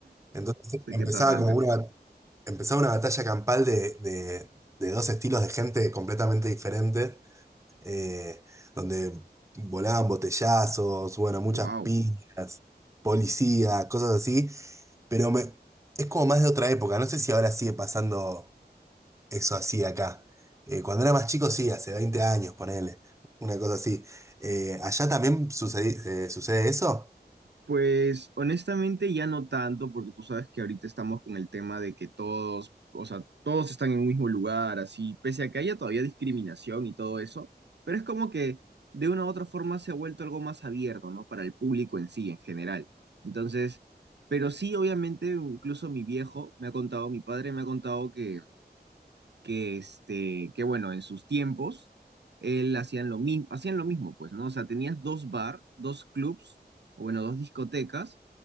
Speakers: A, on the right; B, on the right.
A: Entonces
B: de
A: empezaba
B: Quetarrante.
A: como una, empezaba una batalla campal de, de- de dos estilos de gente completamente diferentes, eh, donde volaban botellazos, bueno, muchas
B: Wow.
A: piñas, policía, cosas así, pero me, es como más de otra época, no sé si ahora sigue pasando eso así acá. Eh, cuando era más chico, sí, hace 20 años, ponele, una cosa así. Eh, ¿allá también sucede, eh, sucede eso?
B: Pues honestamente ya no tanto, porque tú sabes que ahorita estamos con el tema de que todos, o sea, todos están en un mismo lugar, así, pese a que haya todavía discriminación y todo eso, pero es como que de una u otra forma se ha vuelto algo más abierto, ¿no? Para el público en sí, en general. Entonces, pero sí, obviamente, incluso mi viejo me ha contado, mi padre me ha contado que que, este, que bueno, en sus tiempos, él hacían lo mismo, hacían lo mismo, pues, ¿no? O sea, tenías dos bar, dos clubs, o bueno, dos discotecas,